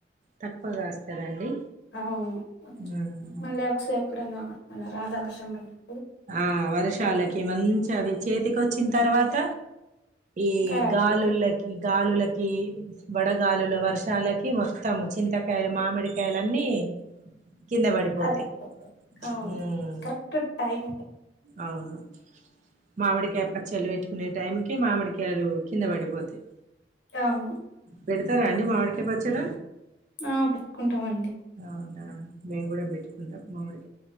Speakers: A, on the right; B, on the left.
A: తక్కువ కాస్తదండి
B: ఆ అవును
A: ఉమ్
B: మళ్ళీ ఒకసేపు ఇప్పుడున్నావా మన రాధా వర్షం పడి
A: ఆ వర్షాలకి మంచి అవి చేతికి వచ్చిన తర్వాత ఈ
B: కరాబ్
A: గాలులకి
B: అయితాయి
A: గాలుల కీ వడగాలులో వర్షాల కి మొత్తం చింతకాయలు, మామిడికాయలు అన్నీ కింద పడిపోతేయ్
B: అదే అవును
A: హ్మ్
B: కరెక్ట్ టైం
A: అవును మామిడికాయ పచ్చళ్ళు పెట్టు కొనే టైంకి మామిడికాయలు కింద పడిపోతాయి
B: అవును
A: పెడతరా అండి మామిడికాయ్ పచ్చడ
B: ఆ పెట్టుకుంటామండి
A: అవునా మేము కూడా పెట్టుకుంటాం మామిడి